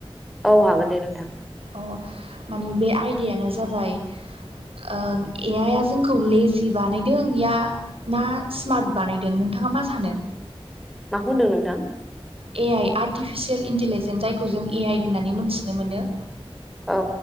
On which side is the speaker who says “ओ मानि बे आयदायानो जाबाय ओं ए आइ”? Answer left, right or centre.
Right